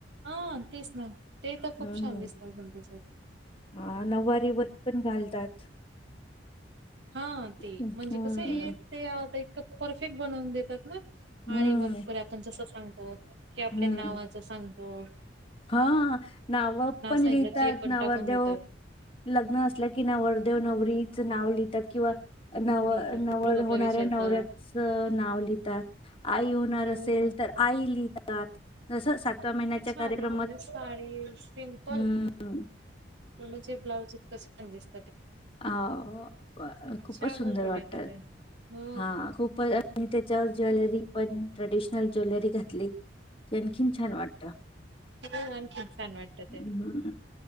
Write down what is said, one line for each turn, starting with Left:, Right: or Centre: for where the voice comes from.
Right: हा तेच ना ते तर खूप
Left: हम्म
Right: छान दिसनार. <inaudible>
Left: हा नऊवारीे वत पण घालतात.
Right: हा ते
Left: हम्म.
Right: म्हणजे कसंये ते एक आता परफेक्ट बनवून देतात ना.
Left: हम्म
Right: अरी वर्क आपण जस सांगू हो की आपल्या
Left: हम्म
Right: नावाचं सांग हो.
Left: हा नाव पण
Right: सांगितलं
Left: लिहितात.
Right: ते पण
Left: नवरदेव
Right: टाकून देतात.
Left: लग्न असलं की नवरदेव नवरीचं नाव लिह- त्यात किंवा नव
Right: लिहितात
Left: नवर
Right: गृहप्रवेशाचं
Left: होणाऱ्या नवऱ्याच नाव लिहितात. आई होणार असेल
Right: हो
Left: तर आई लिहि तात जस सातव्या महिन्याच्या
Right: ह
Left: कार्यक्रमात
Right: साडी सिम्पल
Left: हम्म
Right: तर म्हणजे ब्लाउज इतकंच स्टॅंडर
Left: ह खूपच
Right: छान
Left: सुंदर
Right: उठून
Left: वाटत
Right: येतं ते. हो,
Left: हा खूपच आणि त्याच्यावर ज्वेलरी पण ट्रेडिशन ज्वेलरी घातली. आणखीन छान वाटत.
Right: हो आणखीन छान वाटतं
Left: हम
Right: ते.